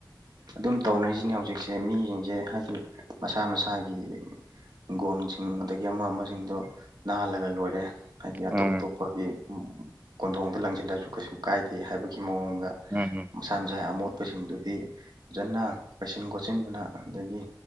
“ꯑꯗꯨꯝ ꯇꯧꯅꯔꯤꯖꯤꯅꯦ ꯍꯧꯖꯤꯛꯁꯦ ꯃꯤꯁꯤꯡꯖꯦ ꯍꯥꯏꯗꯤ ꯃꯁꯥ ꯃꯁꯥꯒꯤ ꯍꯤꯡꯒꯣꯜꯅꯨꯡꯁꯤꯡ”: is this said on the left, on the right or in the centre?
Right